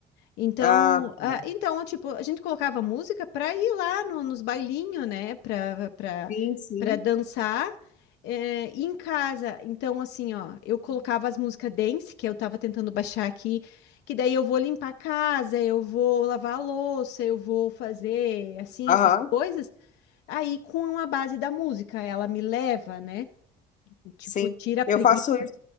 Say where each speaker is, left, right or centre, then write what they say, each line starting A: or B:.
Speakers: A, on the left (about 80°); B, on the left (about 50°).
A: Então,
B: Ah,
A: ah,
B: tá.
A: então, tipo, a gente colocava música para ir lá no- nos bailinhos, né? Para para
B: sim, sim.
A: para dançar. eh, e em casa, então, assim, ó, eu colocava as músicas dance, que eu tava tentando baixar aqui, que daí eu vou limpar a casa, eu vou lavar a louça, eu vou fazer assim
B: Aham,
A: essas coisas. Aí, com a base da música, ela me leva, né? Tipo,
B: sim.
A: tira a preguiça.
B: Eu faço isso.